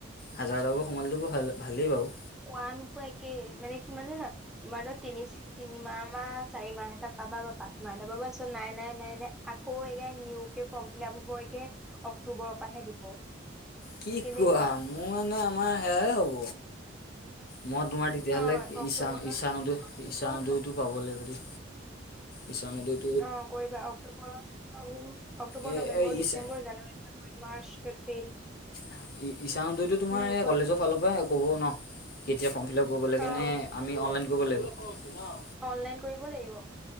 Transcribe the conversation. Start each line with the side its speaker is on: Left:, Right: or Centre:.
Left: হাজাৰ টকাকো সোমালেতো ভা ভালেই বাও।
Centre: পোৱা নোপোৱা একেই মানে কিমান জানা তোমাৰ তাত তিনিচ তিনিমাহ মাহ চাৰিমাহ এটা পাবা বা পাঁচ মাহ এটা পাবা তাছত নাই নাই নাই নাই আকৌ এগেইন নিও কে ফৰ্ম ফিল আপ হব একে অক্টোবৰৰ পাহে দিব।
Left: কি
Centre: কেনেকুৱা
Left: কোৱা মো মানে আমা সেয়া এ হ'ব। মই তোমাৰ তেতিয়াহলে
Centre: অ অক্টোবৰত
Left: ঈছা ঈছানোদৈ
Centre: অক্টোবৰ
Left: ঈছানোদৈটো পাব লাগিব দেই। ঈছানোদৈত
Centre: অ কৰিবা অক্টোবৰত ওলাব নি অক্টোবৰ,
Left: এই
Centre: নৱেম্বৰ,
Left: এই
Centre: December,
Left: ঈশা
Centre: January, February, March, April
Left: ই ঈছানোদৈতো তোমাৰ
Centre: উম
Left: এয়া
Centre: কোৱা
Left: কলেজৰ ফালৰ পৰাই ক'ব ন কেতিয়া ফৰ্ম ফিল আপ কৰিব লাগে
Centre: অ
Left: নে আমি অনলাইন কৰিব লাগিব।
Centre: অনলাইন কৰিব লাগিব।